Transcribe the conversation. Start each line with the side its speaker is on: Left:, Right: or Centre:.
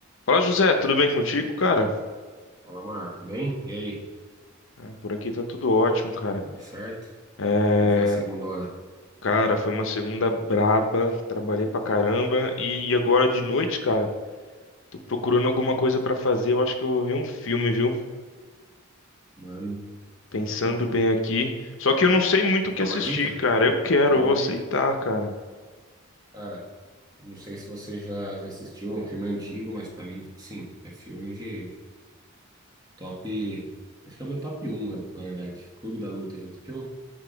Left: Fala, José, tudo bem contigo, cara?
Right: Fala, Mar. Bem? E aí?
Left: Ah, Por aqui tá tudo ótimo, cara.
Right: Tudo certo?
Left: É,
Right: Como foi a segundona?
Left: cara, foi uma segunda braba, trabalhei pra caramba e agora de noite, cara, tô procurando alguma coisa pra fazer. Eu acho que eu vou ver um filme, viu?
Right: Mano,
Left: Pensando
Right: eu acho que eu vou...
Left: bem aqui. Só que eu não sei muito o
Right: Quer
Left: que assistir,
Right: uma dica?
Left: cara. Eu quero,
Right: Quer
Left: eu
Right: uma
Left: vou aceitar,
Right: dica?
Left: cara.
Right: Cara, não sei se você já, já assistiu é um filme antigo, mas pra mim, tipo assim, é filme de top... Acho que é o meu top um, velho, na verdade. Clube da Luta, já assistiu?